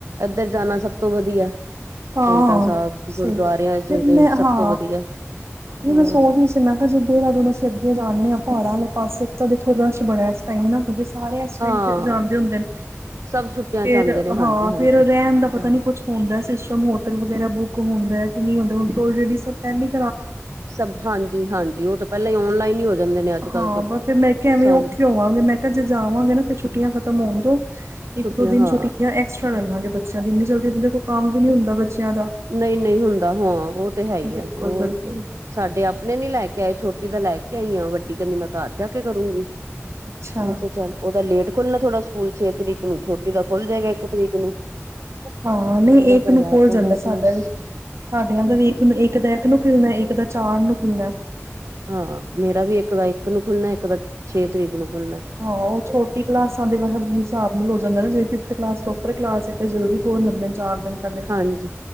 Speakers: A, on the right; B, on the right.
A: ਇੱਧਰ ਜਾਣਾ ਸਭ ਤੋਂ ਵਧੀਆ
B: ਹਾਂ
A: ਪੋਂਟਾ ਸਾਹਿਬ
B: ਸਹੀ
A: ਗੁਰਦੁਆਰਿਆਂ ਚ
B: ਫਿਰ ਮੈਂ
A: ਤੇ ਸਭ
B: ਹਾਂ
A: ਤੋਂ ਵਧੀਆ
B: ਨੀ
A: ਹੋਰ
B: ਸੋ ਗਈ ਸੀ ਮ ਕਿਆ ਦੇਹਰਾਦੂਨ ਅਸੀ ਅੱਗੇ ਜਾਂਦੇ ਹਾਂ ਪਹਾੜਾਂ ਲਿ ਪਾਸੇ ਤਾਂ ਦੇਖੋ ਰਸ਼ ਬੜਾ ਇਸ ਟਾਈਮ ਨਾ ਕਿਉਕਿ ਸਾਰੇ ਇਸ ਟਾਇਮ
A: ਹਾਂ
B: ਜਾਣਦੇ ਹੁੰਦੇ ਨੇ।
A: ਸਭ ਛੁੱਟੀਆਂ
B: ਫੇਰ
A: ਚ ਆਉਂਦੇ ਨੇ ਹਾਂਜੀ
B: ਹਾਂ
A: ਹਾਂਜੀ
B: ਫੇਰ ਰਹਿਣ ਦਾ
A: ਉਹ ਤਾਂ
B: ਪਤਾ
A: ਹੈ
B: ਨੀ ਕੁਛ ਹੁੰਦਾ ਸਿਸਟਮ ਹੋਟਲ ਵਗੈਰਾ ਬੁੱਕ ਹੁੰਦਾ। ਨਹੀਂ ੳਲਰੇਡੀ ਸਭ ਪਹਿਲੇ ਈ
A: ਸਭ ਹਾਂਜੀ- ਹਾਂਜੀ ਉਹ ਤਾਂ ਪਹਿਲਾਂ ਹੀ ਓਨਲਾਈਨ ਹੀ ਹੋ ਜਾਂਦੇ ਨੇ ਅੱਜ ਕੱਲ੍ਹ
B: ਹਾਂ
A: ਤੇ
B: ਬ ਫਿਰ ਮੈਂ ਕਿਹਾ ਐਵੇਂ
A: ਸਭ
B: ਉੱਖੇ ਹੋਵਾਂਗੇ ਮੈਂ ਕਿਹਾ ਜੇ ਜਾਵਾਂਗੇ ਨਾ ਤੇ ਛੁੱਟੀਆਂ ਖਤਮ ਹੋਣ ਦੋ ਇੱਕ
A: ਛੁੱਟੀਆਂ
B: ਦੋ ਦਿਨ
A: ਹਾਂ
B: ਛੁੱਟੀਆਂ ਐਕਸਟਰਾ ਲਾਂਗੇ ਬੱਚਿਆਂ ਦੀ ਇਨੀ ਜਲਦੀ ਦੇਖੋ ਕੰਮ ਵੀ ਨੀ ਹੁੰਦਾ ਬੱਚਿਆਂ ਦਾ
A: ਨਹੀਂ- ਨਹੀਂ ਹੁੰਦਾ ਹਾਂ ਉਹ ਤੇ ਹੈ ਹੀ
B: ਬਿਲਕੁਲ
A: ਆ ਉਹ
B: ਬਿਲਕੁਲ
A: ਸਾਡੇ ਆਪਣੇ ਨੀ ਲੈ ਕੇ ਆਏ ਛੋਟੀ ਤਾਂ ਲੈ ਕੇ ਆਈ ਆ ਵੱਡੀ ਕਹਿੰਦੀ ਮੈਂ ਘਰ ਜਾ ਕੇ ਕਰੂੰਗੀ
B: ਅੱਛਾ
A: ਮੈਂ ਕਿਹਾ ਚੱਲ ਉਹਦਾ ਲੇਟ ਖੁੱਲਣਾ ਥੋੜਾ ਸਕੂਲ ਛੇ ਤਰੀਕ ਨੂੰ ਛੋਟੀ ਦਾ ਖੁੱਲ ਜਾਏਗਾ ਇੱਕ ਤਰੀਕ ਨੂੰ
B: ਹਾਂ ਨਹੀਂ
A: ਉਹਦਾ
B: ਇੱਕ
A: ਕਰਵਾ
B: ਨੂੰ ਖੋਲ
A: ਤਾ
B: ਜਾਂਦਾ
A: ਨਾ ਅਸੀਂ
B: ਸਾਡਾ
A: ਬਸ
B: ਵੀ ਸਾਡਿਆਂ ਦਾ ਵੀ ਇੱਕ ਦਾ ਇਕ ਨੂੰ ਖੁਲਣਾ ਇੱਕ ਦਾ ਚਾਰ ਨੂੰ ਖੁਲਣਾ
A: ਹਾਂ। ਮੇਰਾ ਵੀ ਇੱਕ ਦਾ ਇੱਕ ਨੂੰ ਖੁੱਲਣਾ ਇੱਕ ਦਾ ਛੇ ਤਰੀਕ ਨੂੰ ਖੁੱਲਣਾ
B: ਹਾਂ। ਉਹ ਛੋਟੀ ਕਲਾਸਾਂ ਦੇ ਵਗ ਹਿਸਾਬ ਨਾਲ ਹੋ ਜਾਂਦਾ ਨਾ। ਜਿਵੇਂ ਫਿਫਥ ਕਲਾਸ ਤੋਂ ਪਰ ਕਲਾਸ ਇਥੇ ਜ਼ਲਦੀ ਖੋਲ ਲੇਦੇ ਨੇ, ਚਾਰ ਦਿਨ ਪਹਿਲੇ
A: ਹਾਂਜੀ